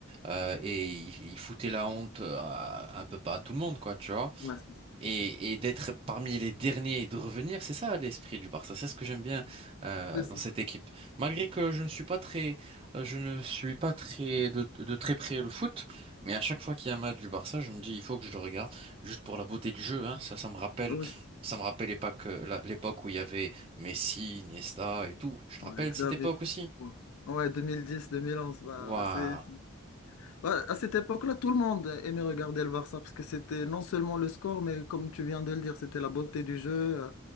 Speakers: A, on the right; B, on the left.
A: euh, et il, il foutait la honte euh, à- un peu pas à tout le monde, quoi, tu vois.
B: ouais, c'est
A: Et,
B: c'est ça.
A: et d'être parmi les derniers et de revenir, c'est ça l'esprit du Barça. C'est ce que j'aime bien euh,
B: C'est ça.
A: dans cette équipe. Malgré que je ne suis pas très, euh, je ne suis pas très de, de très près le foot, mais à chaque fois qu'il y a un match du Barça, je me dis il faut que je le regarde juste pour la beauté du jeu. Hein. Ça, ça me rappelle,
B: Ouais, c'est-
A: ça me rappelle l'époque, euh, la- l'époque où il y avait Messi, Iniesta et tout. Je te
B: ouais,
A: rappelle
B: Xavier.
A: cette époque aussi.
B: Ouais, Ouais, 2010, 2011. Bah,
A: Waouh,
B: c'est... c'est- Ouais, à cette époque-là, tout le monde aimait regarder le Barça parce que c'était non seulement le score, mais comme tu viens de le dire, c'était la beauté du jeu. euh,